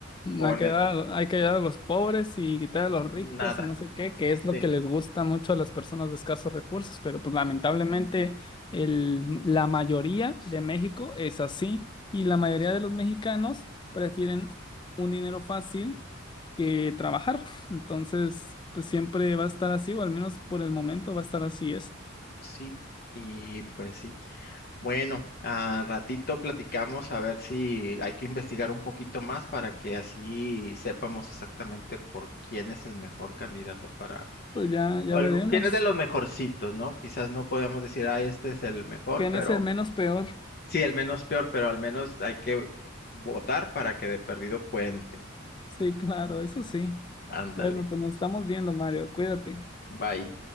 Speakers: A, on the left (about 50°); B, on the left (about 25°).
A: jóvenes,
B: Hay que dar, hay que ayudar a los pobres y quitar a los ricos
A: nada.
B: y no sé qué, que es lo
A: Sí.
B: que les gusta mucho a las personas de escasos recursos, pero pues lamentablemente el, la mayoría de México es así y la mayoría de los mexicanos prefieren un dinero fácil que trabajar. Entonces, pues siempre va a estar así, o al menos por el momento va a estar así eso.
A: Sí, y pues sí. Bueno, a ratito platicamos a ver si hay que investigar un poquito más para que así sepamos exactamente por quién es el mejor candidato para,
B: Pues ya, ya
A: o
B: veremos.
A: el- quién es de los mejorcitos, ¿no? Quizás no podemos decir, ah, este es el mejor,
B: ¿Quién
A: pero
B: es el menos peor?
A: Sí, el menos peor, pero al menos hay que votar para que de perdido cuente.
B: Sí, claro, eso sí.
A: Ándale,
B: Bueno, pues nos estamos viendo, Mario. Cuídate.
A: bye.